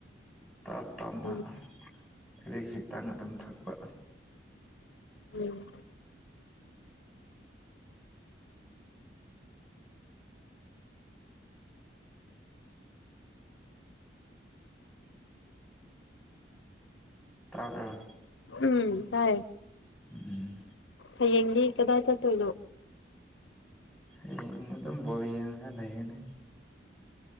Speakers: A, in the centre; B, on the left (about 85°).
A: ꯇꯥꯞ ꯇꯥꯞꯅ
B: ꯎꯝ
A: ꯏꯖꯤꯛ ꯍꯧꯖꯤ ꯇꯪ ꯑꯗꯨꯝ ꯊꯛꯄ
B: ꯎꯝ
A: ꯇꯥꯕ꯭ꯔ
B: ꯎꯝ ꯇꯥꯏꯌꯦ
A: ꯎꯝ
B: ꯍꯌꯦꯡꯗꯤ ꯀꯗꯥꯏ ꯆꯠꯇꯣꯏꯅꯣ
A: ꯍꯌꯦꯡꯅ ꯑꯗꯨꯝ ꯕꯣꯜ ꯌꯦꯡꯉꯒ ꯂꯩꯒꯅꯤ